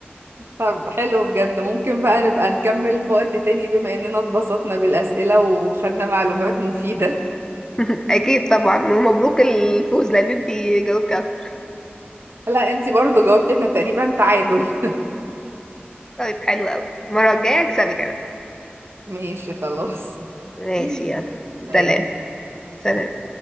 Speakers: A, on the right (about 75°); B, on the left (about 15°).
A: طب حلو بجد ممكن بقى نبقى نكمل في وقت تاني بما اننا اتبسطنا بالأسئلة وخدنا معلومات مفيدة
B: <laughs> اكيد طبعا ومبروك الفوز لان انتي جاوبتي اكتر
A: لا انتي برضو جاوبتي احنا تقريبا تعادل
B: طيب حلو قوي المرة الجاية اكسبك انا
A: <laughs> ماشي خلاص
B: ماشي
A: <laughs>
B: يلا
A: تمام
B: سلام سلام